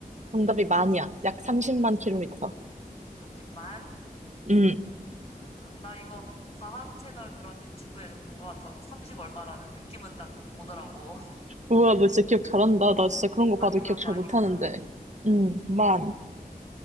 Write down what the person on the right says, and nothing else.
정답이 만이야. 약 30만 킬로미터.
음.
우와, 너 진짜 기억 잘한다. 나 진짜 그런 거
봐도 기억
잘 못하는데. 음, 만.